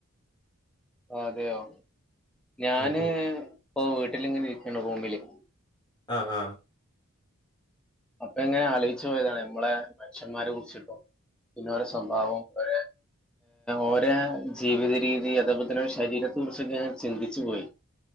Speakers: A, in the centre; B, on the left (about 20°).
A: അതെയോ ഞാന്
B: ഉം ഉം
A: ഇപ്പോ വീട്ടില് ഇങ്ങനെ ഇരിക്കാണ് റൂമില്
B: ആഹ് ആഹ്
A: അപ്പ ഇങ്ങനെ ആലോചിച്ചു പോയതാണ് ഞമ്മളേ മനുഷ്യന്മാരെ കുറിച്ചിട്ടോ പിന്ന ഓര സ്വഭാവോം ഓരെ ഓരാ ജീവിത രീതി അതേപോലെ തന്നെ ശരീരത്തിനക്കുറിച്ചൊക്കെ ഞാൻ ചിന്തിച്ചു പോയി